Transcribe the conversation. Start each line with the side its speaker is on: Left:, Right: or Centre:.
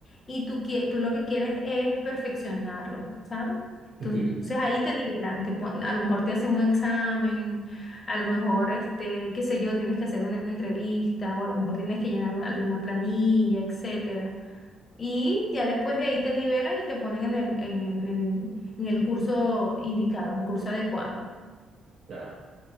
Left: y tú, quie- tú lo que quieres es perfeccionarlo, ¿sabes? Entonces
Right: Ujú,
Left: ahí te nivelan, te pon- a lo mejor te hacen un examen, a lo mejor, este, qué sé yo, tienes que hacer una entrevista o a lo mejor tienes que llenar una- alguna planilla, etcétera. Y ya después de ahí te nivelan y te ponen en el, en, el en- en el curso indicado, en el curso adecuado.
Right: <laughs> Claro.